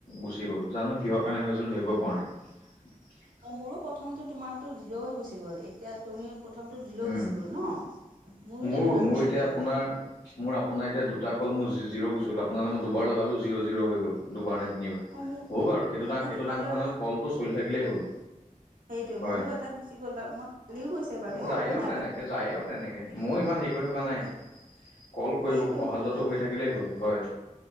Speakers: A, on the left (about 80°); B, on the right (about 80°).
A: গুচি গ'ল। জানো কিহৰ কাৰণে হৈছিল ধৰিব পৰা নাই।
B: অঁ মোৰো প্ৰথমটো তোমাৰো জিৰ' হৈ গুচি গ'ল এতিয়া তুমি প্ৰথমটো জিৰ'
A: উম,
B: গুচি গ'ল ন।
A: মোৰো
B: তেনেকুৱা
A: মোৰ
B: গুচি
A: এতিয়া
B: গ'ল
A: আপোনাৰ। মোৰ আপোনাৰ এতিয়া দুটা কল মোৰ জিৰ' গুচি গ'ল আপোনালৈ মই দুবাৰ লগালো জিৰ' জিৰ' হৈ গ'ল। দুবাৰ নে তিনিবাৰ,
B: অঁ মোৰ
A: হওক আৰু সেইটো
B: মোৰো
A: - সেইটো
B: তোমালৈ
A: ডাঙ কথা নহয় কলটো চলি থাকিলেই হ'ল।
B: সেইটোয়ে
A: হয়
B: মোৰো এটা গুচি গ'ল বাৰু। মই কালিও গৈছে বাৰু
A: যায়
B: একো
A: আৰু
B: নাই
A: তেনেকে
B: বাৰু।
A: যায় আৰু তেনেকে ময়ো ইমান শ। থকা
B: বাৰু
A: নাই, কল কৰিব
B: সেইটোৱে
A: অহা
B: মোৰো
A: যোৱা
B: একো
A: হৈ থাকিলেই হ'ল হয়।